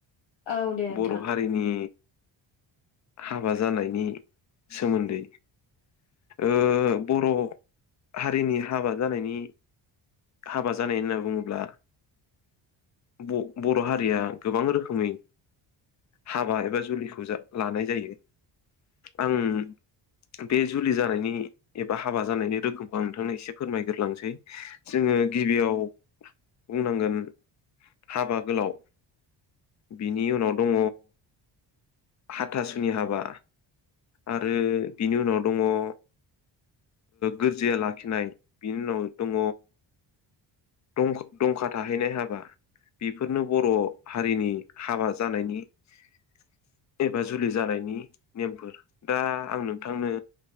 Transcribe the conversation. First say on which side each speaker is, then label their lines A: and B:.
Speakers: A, on the left; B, on the left.
A: औ दे नोंथां
B: बर' हारिनि
A: <inaudible>
B: हाबा जानायनि सोमोन्दै ओ बर' हारिनि हाबा जानायनि हाबा जानाय होनना बुङोब्ला ब-बर' हारिया गोबां रोखोमै हाबा एबा जुलिखौ लानाय जायो आं बे जुलि जानायनि एबा हाबा जानायनि रोखोमखौ आं नोंथांनो एसे फोरमायग्रोलांसै जोंङो गिबियाव बुंनांगोन हाबा गोलाव बिनि उनाव दंङ हाथासुनि हाबा आरो बिनि उनाव दंङ ओ गोरजिया लाखिनाय बिनि उनाव दंङ
A: <inaudible>
B: दंखा दंखा थाहैनाय हाबा बेफोरनो बर' हारिनि हाबा जानायनि श एबा जुलि जानायनि नेम फोर दा आं नोंथांनो